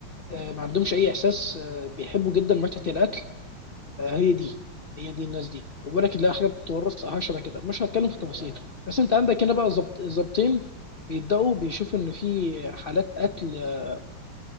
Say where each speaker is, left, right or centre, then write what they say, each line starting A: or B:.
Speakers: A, on the left; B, on the left.
A: آه، ما عندهمش اي احساس آه، بيحبوا جدا متعه الاكل آه، هي دي هي دي الناس دي وبالك تلاقي حاجه بتتورث او حاجه شبه كده مش هتكلم في
B: يا
A: تفاصيل
B: سلام
A: بس انت
B: إيه،
A: عندك هنا بقى ظبط ظابطين بيبداوا بيشوفوا ان في حالات قتل آه،